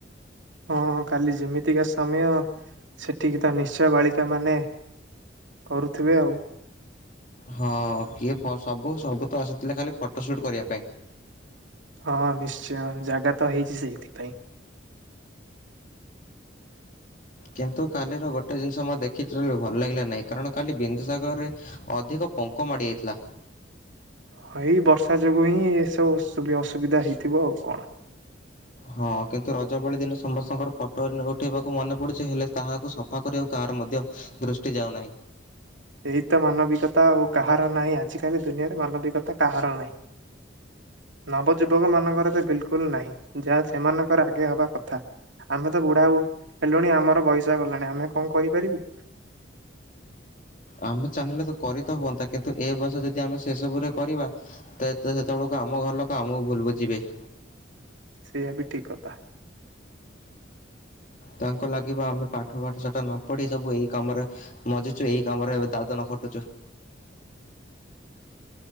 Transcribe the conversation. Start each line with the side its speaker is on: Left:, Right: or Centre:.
Right: ହଁ କାଲି ଯେମିତିକା ସମୟ ସେଠିକି ତ ନିଶ୍ଚୟ ବାଳିକା ମାନେ <inaudible> କରୁଥିବେ ଆଉ।
Left: ହଁ କିଏ ସବୁ ସବୁ ତ ଆସିଥିଲା ଖାଲି ଫଟୋ ସୁଟ କରିବା ପାଇଁ। <inaudible>
Right: ହଁ ନିଶ୍ଚୟ ଜାଗା ତ ହେଇଛି ସେଇଥିପାଇଁ।
Left: କିନ୍ତୁ କାଲିର ଗୋଟେ ଜିନିଷ ମୁଁ ଦେ ଭଲ ଲାଗିଲା ନାହିଁ କାରଣ କାଲି ବିନ୍ଦୁସାଗରରେ ଅଧିକ ପଙ୍କ ମାଡି ଯାଇଥିଲା।
Right: ହଁ, ଏଇ ବର୍ଷା ଯୋଗୁ ହିଁ ଏସବୁ ଅସୁବିଧା ହେଇଥିବ ଆଉ କଣ?
Left: ହଁ କିନ୍ତୁ ରଜବାଳି ଦିନ ସମସ୍ତଙ୍କର ଫଟୋ ଉଠେଇବାକୁ ମନେ ପଡୁଛି। ହେଲେ ତାହାକୁ ସଫା କରିବାକୁ କାହାର ମଧ୍ୟ ଦୃଷ୍ଟି ଯାଉନାହିଁ।
Right: ଏହି ତ ମାନବିକତା ଆଉ କାହାର ନାହିଁ। ଆଜିକାଲି ଦୁନିଆରେ ମାନବିକତା କାହାର ନାହିଁ। <inaudible> ନବ ଯୁବକ ମାନଙ୍କର ତ ବିଲକୁଲ ନାହିଁ। ଯାହା ସେମାନଙ୍କର ଆଗେ ହବା କଥା ଆମେ ତ ବୁଢା ହେଲୁଣି ଆମର ବଇସା ଗଲାଣି ଆମେ କଣ କହିପାରିବୁ। <inaudible>
Left: ଆମେ ଚାହିଁଲେ ତ କରି ତ ହୁଅନ୍ତା। କିନ୍ତୁ ଏ ବର୍ଷ ଯଦି ଆମେ ସେ ସବୁରେ କରିବା ତ ସେତେବେଳକୁ ଆମ ଘର ଲୋକ ଆମକୁ ଭୁଲ ବୁଝିବେ। <inaudible>
Right: ସେଇଆ ବି ଠିକ କଥା। <inaudible>
Left: ତାଙ୍କୁ ଲାଗିବ ଆମେ ପାଠ ପାଠ ସେଠା ନ ପଢି ସବୁ ଏଇ କାମରେ ମଜିଛୁ। ଏଇ କାମରେ ଦାଦନ ଖଟୁଛୁ। <inaudible>